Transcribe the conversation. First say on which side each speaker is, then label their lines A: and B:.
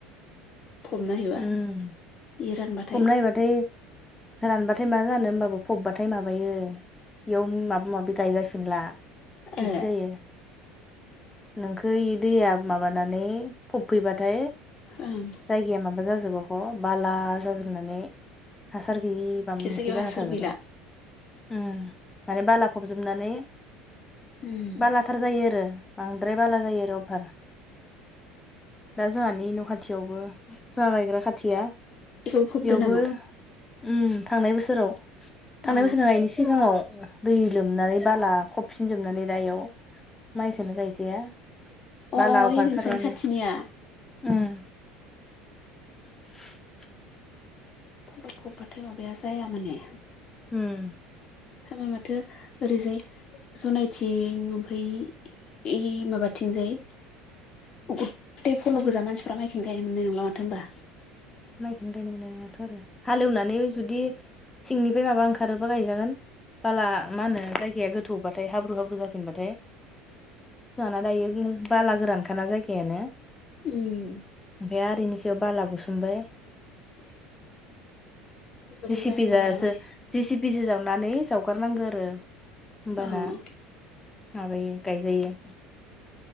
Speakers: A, on the left (about 35°); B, on the left (about 15°).
A: फबना हैबा
B: ओम
A: इ रानबाथाय
B: हमना हैबाथाय रानबाथाय मा जानो। होनबाबो फबबाथाय माबायो इयाव माबा माबि गायजाफिनला। बिदि
A: ए
B: जायो। नोंखो इ दैया माबानानै फबफैबाथाय।
A: ओं।
B: जायगाया माबा जाजोबो ह' बाला जाजोबनानै हास हासार गैयि बा
A: बे
B: मोनसे
A: जायगायाव
B: जाना
A: हासार
B: थाजोबो
A: गैला
B: ओम माने बालाफबजोबनानै
A: उम
B: बालाथार जायो आरो बांद्राय बाला जायो आरो अफार दा जोंहानि न' खाथियावबो जालायग्रा खाथिया
A: बेखौबो फबदो
B: बेयावबो
A: नामा
B: उम थांनाय बोसोराव थांनाय
A: अ
B: बोसोर नोङा इनि सिगाङाव दै लोमनानै बाला खबफिनजोबनानै दा एयाव माइखोनो गायजाया
A: अ
B: बाला
A: ओइ
B: अफारथार
A: नोंसानि
B: माने
A: खाथिनिया
B: उम <inaudible>
A: लखबबाथाय माबाया जाया माने
B: उम
A: समा माथो ओरैजाय जनायथिं ओमफ्राय ओइ माबाथिंजाय गुथे फल' गोजा मानसिफ्रा माइखौनो गायनो मोननाय नंला माथो होनबा
B: माइखोनो गायनो मोननाय नोङा थ' आरो हालेवनानै जुदि सिंनिफ्राय माबा ओंखारोबा गायजागोन बाला मा होनो जायगाया गोथौबाथाय हाब्रु हाब्रु जाफिनबाथाय जाहाना दायो बाला गोरानखाना जायगायानो ओमफ्राय
A: उम
B: आरो बेनि सायाव बाला बुसुमबाय
A: <inaudible> बेबायदि
B: जिसिपि
A: जानो
B: जा
A: नागिरा माने
B: जो जसिपिजो जावनानै जावगारनांगो आरो होमबाना
A: औ
B: माबायो गायजायो